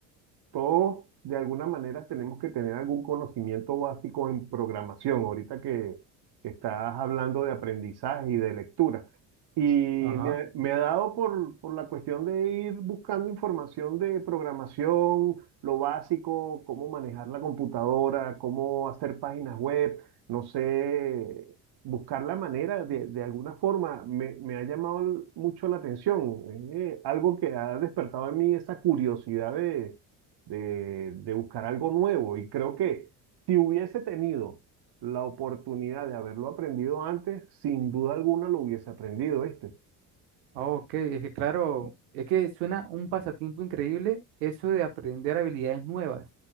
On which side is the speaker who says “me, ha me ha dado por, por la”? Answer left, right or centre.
Right